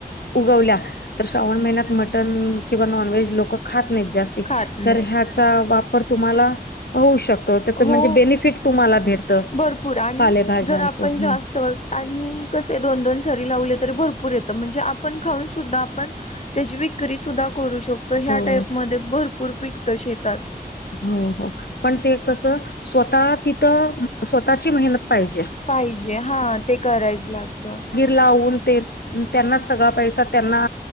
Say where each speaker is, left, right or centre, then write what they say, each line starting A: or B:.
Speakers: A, on the left (about 85°); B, on the left (about 45°).
A: उगवल्या तर श्रावण महिन्यात मटण किंवा नॉनव्हेज लोक खात नाहीत जास्त
B: खात नाहीत
A: ह्याचा वापर तुम्हाला होऊ शकतो. त्याच म्हणजे
B: हो
A: बेनिफिट तुम्हाला भेटतं
B: भरपूर आणि
A: पालेभाज्यांचं
B: जर आपण जास्त आणि कसे दोन दोन सरी लावले तरी भरपूर येतं म्हणजे आपण खाऊन सुद्धा आपण त्याची विक्री सुद्धा करू शकतो ह्या
A: हो
B: टाईपमध्ये भरपूर पिकतं शेतात
A: हो हो पण ते कस स्वतः तिथं स्वतःची मेहनत म्हण.
B: पाहिजे हा ते करायच लागतं
A: लावून ते त्यांनाच सगळा पैसा त्यांना